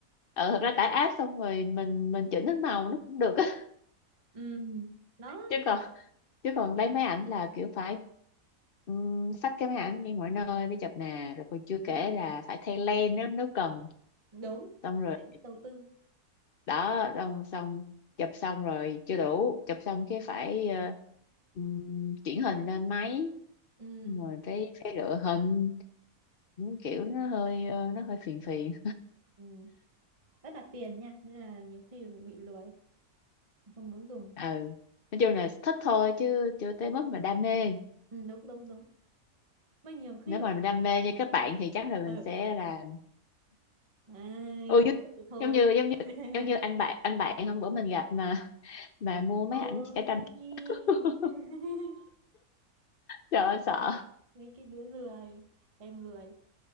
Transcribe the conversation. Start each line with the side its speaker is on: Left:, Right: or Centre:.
Left: ờ thật ra tải app xong rồi mình mình chỉnh cái màu nó cũng được á <laughs>
Right: ừ đó
Left: chứ còn chứ còn lấy máy ảnh là kiểu phải um, xách cái máy ảnh đi mọi nơi để chụp nè rồi còn chưa kể
Right: ừ.
Left: là phải thay lens nếu nếu cần
Right: đúng
Left: xong rồi
Right: phải đầu tư
Left: đó xong xong chụp xong rồi chưa đủ chụp xong cái phải ờ, ừm, chuyển hình lên máy
Right: ừ.
Left: Xong rồi phải phải lựa hình Những kiểu nó hơi ờ, nó hơi phiền phiền
Right: Ừ. rất là phiền nha nên là nhiều khi mình bị lười không muốn dùng
Left: ừ nói chung là thích thôi chứ chưa tới mức mà đam mê
Right: ừ, đúng đúng đúng mà nhiều khi
Left: nếu mà
Right: mình
Left: mình đam mê như các bạn thì chắc là mình
Right: ừ.
Left: sẽ là
Right: ai
Left: ừ
Right: trời
Left: giống
Right: ơi, thôi
Left: giống như giống như
Right: <laughs>
Left: giống như anh bạn anh bạn hôm bữa mình gặp mà mà mua mấy
Right: thôi
Left: ảnh vẽ
Right: đi
Left: tranh <laughs>
Right: <laughs>
Left: trời ơi sợ
Right: mấy cái đứa lười em lười